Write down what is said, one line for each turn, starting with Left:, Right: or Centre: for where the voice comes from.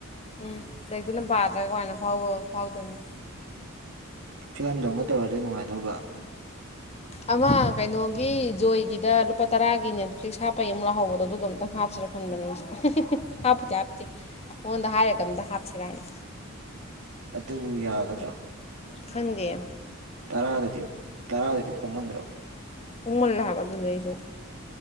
Left: ꯎꯝ ꯂꯛꯇꯨꯅ ꯄꯥꯗ꯭ꯔꯥ ꯀꯃꯥꯏꯅ ꯐꯥꯎꯕ ꯐꯥꯎꯗꯣꯏꯅꯣ
Right: ꯐꯤꯂꯝꯗꯧꯅ ꯇꯧꯔꯗꯤ ꯅꯨꯡꯉꯥꯏꯗꯧꯕ
Left: ꯑꯃ ꯀꯩꯅꯣꯒꯤ ꯖꯣꯏꯒꯤꯗ ꯂꯨꯄꯥ ꯇꯔꯥꯒꯤ ꯅꯦꯠꯐ꯭ꯂꯤꯛꯁ ꯍꯥꯞꯄ ꯌꯦ ꯑꯃꯨꯛ ꯂꯥꯛꯍꯧꯕꯗꯣ ꯑꯗꯨꯣꯝꯇꯪ ꯍꯥꯞꯆꯔꯛꯀꯦ ꯈꯟꯕꯅꯦ ꯑꯩ ꯍꯥꯞꯄꯨꯗꯤ ꯍꯥꯞꯇꯦ ꯃꯉꯣꯟꯗ ꯍꯥꯏꯔꯒ ꯑ ꯑꯃꯝꯇ ꯍꯥꯞꯁꯤꯔ ꯍꯥꯏꯅ
Right: ꯑꯗꯨꯕꯨ ꯌꯥꯒꯗ꯭ꯔꯥ
Left: ꯈꯪꯗꯤꯌꯦ
Right: ꯇꯔꯥꯗꯗꯤ ꯇꯔꯥꯗꯗꯤ ꯍꯣꯡꯃꯟꯗ꯭ꯔꯣ
Left: ꯍꯣꯡꯃꯜꯂꯦ ꯍꯥꯏꯕꯗꯨꯗꯤ ꯑꯩꯁꯨ